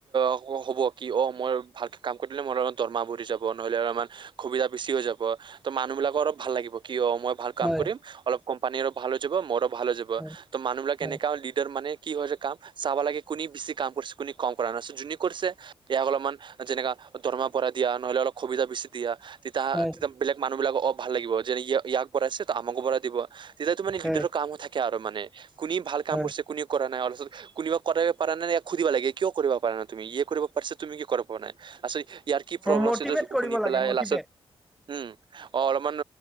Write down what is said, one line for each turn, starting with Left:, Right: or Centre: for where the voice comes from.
Right: অহ হ'ব কি অ মই ভালকে কাম কৰিলে মোৰ অলপ দৰমহা বাঢ়ি যাব নহ'লে আৰু আমাৰ সুবিধা বেছি হৈ যাব ত'মানুহ বিলাক'ৰ অলপ ভাল লাগিব কি অ মই ভাল কাম
Centre: হয়
Right: কৰিম অলপ কোম্পানীৰো ভাল হৈ যাব ম'ৰ ভাল হৈ যাব ব
Centre: হয়
Right: ত' মানুহবিলাক
Centre: হয়
Right: এনেকা লিডাৰ মানে কি হয় হৈছে কাম চাব লাগে কোনে বেছি কাম কৰিছে, কোনে কম কৰা নাইছে যোনে কৰিছে ইয়াক অলপমান যেনেকা দৰমা বঢ়া দিয়া নহলে অলপ সুবিধাবেছি দিয়া তেতিয়া
Centre: হয়
Right: তেতিয়া বেলেগ মানুহ বিলাকক অ ভাল লাগিব, যেনেয় ইয়াক বঢ়াইছে ত আমাকো বঢ়াই দিব। তেতিয়াতো মানে লিডাৰ
Centre: হয়
Right: কামো থাকে আৰু মানে কোনে ভাল কাম
Centre: হয়।
Right: কৰিছে কোনে কৰা নাই আচল কোনোবা কৰিব পৰা নাই ইয়াক সুধিব লাগে কিয় কৰিব পৰা নাই তুমি ইয়ে কৰিব পাৰিছে তুমি কিয় কৰিব পৰা নাই আচ ইয়াৰ কি প্ৰব্লেম
Centre: মটিভেট
Right: আছে তাৰপিছত
Centre: কৰিব
Right: শুনি পেলাই
Centre: লাগে মটিভেট
Right: লাষ্টত উম অ অলপমান